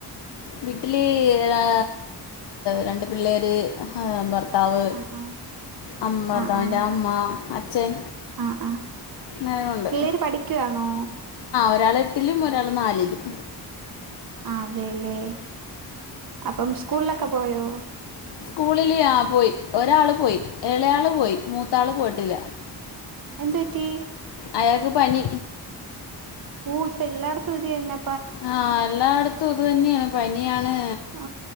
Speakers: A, on the left; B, on the right.
A: വീട്ടില് രാ രണ്ട് പിള്ളേര് ആ ഭർത്താവ്
B: ആ ആ
A: അമ്മ ഭർത്താവിൻ്റെ
B: ആ ആ
A: അമ്മ അച്ഛൻ
B: ആ ആ
A: നേരം ഉണ്ട്
B: പിള്ളേര് പഠിക്കുവാണോ
A: ഒരാള് എട്ടിലും ഒരാള് നാലിലും
B: ആ അതേ ല്ലേ അപ്പം സ്കൂളിലൊക്കെ പോയോ
A: സ്കൂളില് ആ പോയി ഒരാള് പോയി ഏളയാള് പോയി മൂത്താള് പോയിട്ടില്ല
B: എന്തു പറ്റി
A: അയാക്ക് പനി
B: ഓ ഇപ്പൊ എല്ലായിടത്തും ഇത് തന്നേ
A: ആ എല്ലായിടത്തും ഇത് തന്നെയാ പനിയാണ്
B: ആ